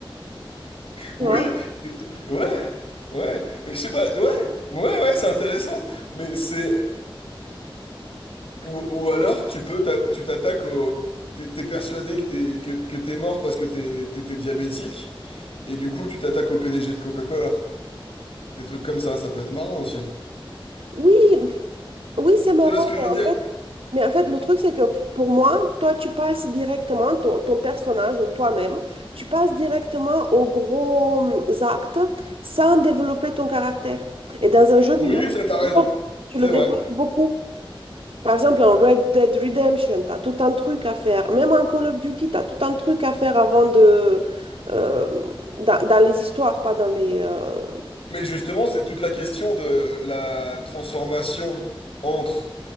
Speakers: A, on the left; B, on the right.
A: Oui,
B: Tu vois?
A: ouais, ouais. Mais je sais pas. Ouais, ouais, ouais, c'est intéressant. Mais c'est. Ou, ou alors tu peux, t'a- tu t'attaques au. T'es t'es persuadé que t'es que, que t'es mort parce que t'es- t'étais diabétique et du coup tu t'attaques au PDG de Coca-Cola. Des trucs comme ça, ça peut être marrant aussi.
B: Oui, Oui, c'est marrant,
A: Tu vois ce que je
B: mais
A: veux dire?
B: en fait, mais en fait, le truc, c'est que pour moi, toi, tu passes directement, ton, ton personnage ou toi-même, tu passes directement aux gros hum, actes sans développer ton caractère. Et dans un jeu
A: Oui,
B: vidéo,
A: ça, t'as
B: tu
A: raison.
B: le développes tu
A: C'est
B: le
A: vrai.
B: développes beaucoup. Par exemple, en Red Dead Redemption, tu as tout un truc à faire. Même en Call of Duty, tu as tout un truc à faire avant de... euh, dans, dans les histoires, pas dans les, euh,
A: Mais justement, c'est toute la question de la transformation entre